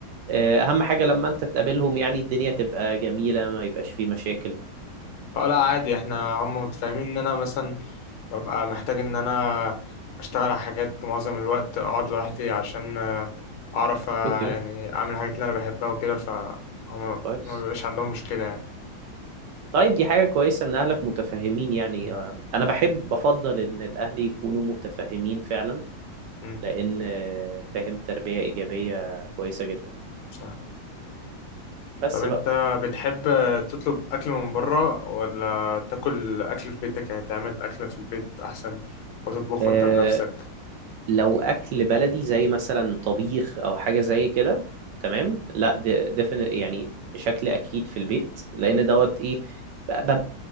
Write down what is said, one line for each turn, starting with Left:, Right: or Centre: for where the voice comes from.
Right: آه، أهم حاجة لما أنت تقابلهم يعني الدنيا تبقى جميلة ما يبقاش فيه مشاكل
Left: اه لا عادي احنا هم متفاهمين ان انا مثلا ببقى محتاج ان انا اشتغل على حاجات معظم الوقت اقعد لوحدي عشان آه، اعرف آه،
Right: أوكي
Left: يعني اعمل الحاجات اللي انا بحبها وكده فهم
Right: كويس
Left: ما بيبقاش عندهم مشكله يعني
Right: طيب دي حاجة كويسة إن أهلك متفهمين يعني
Left: م-
Right: آه، أنا بحب بفضل إن الأهل يكونوا متفهمين فعلا
Left: م،
Right: لأن آه، فاهم تربية إيجابية كويسة جدا
Left: صح
Right: بس
Left: طب انت
Right: بقى
Left: بتحب تطلب اكل من بره ولا تاكل اكل في بيتك يعني تعمل اكل في البيت احسن وتطبخه
Right: آه،
Left: انت بنفسك
Right: لو اكل بلدي زي مثلا طبيخ او حاجه زي كده تمام لا دفن يعني بشكل اكيد في البيت لان دوت ايه ب- ب-